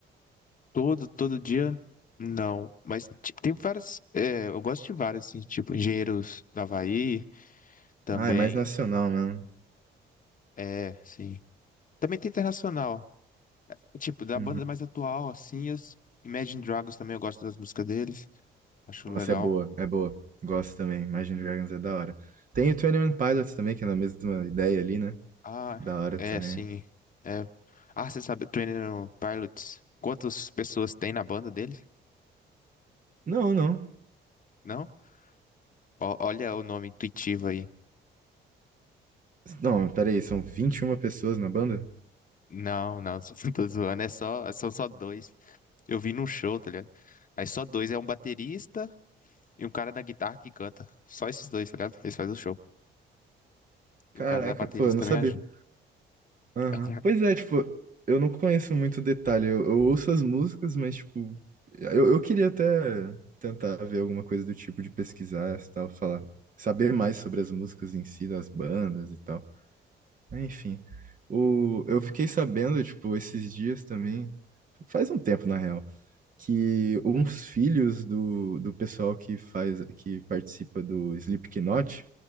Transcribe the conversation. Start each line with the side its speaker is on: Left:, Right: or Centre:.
Left: todo, todo dia, não. Mas ti- tem várias, é, eu gosto de várias, assim, tipo, Engenheiros do Havaí, também,
Right: Ah, é mais nacional mesmo.
Left: é, sim. Também tem internacional, tipo, da
Right: Uhum.
Left: banda mais atual, assim, as Imagine Dragons também, eu gosto das músicas deles, acho
Right: Nossa,
Left: legal.
Right: é boa, é boa. Gosto também. Imagine
Left: Sim.
Right: Dragons é da hora. Tem o 21 Pilots também, que é na mesma ideia ali, né?
Left: Ah,
Right: Da hora
Left: é,
Right: também.
Left: sim, é. Ah, você sabe, Training Pilots, quantas pessoas tem na banda deles?
Right: Não, não.
Left: Não? Ó, olha o nome intuitivo aí.
Right: Não, peraí, são 21 pessoas na banda?
Left: Não, não, <laughs> só tô zoando. É só, são só dois. Eu vi num show, tá ligado? Aí só dois. É um baterista e um cara da guitarra que canta. Só esses dois, tá ligado? Eles fazem o show. E
Right: Caraca,
Left: o cara da baterista
Right: pô, eu não
Left: também
Right: sabia.
Left: ajuda.
Right: Aham.
Left: <laughs>
Right: Pois é, tipo, eu não conheço muito detalhe. Eu, eu ouço as músicas, mas, tipo, eu, eu queria até tentar ver alguma coisa do tipo de pesquisar e tal, falar, saber mais sobre as músicas em si, das bandas e tal. Enfim, o, eu fiquei sabendo, tipo, esses dias também, faz um tempo na real que uns filhos do, do pessoal que faz que participa do Slipknot,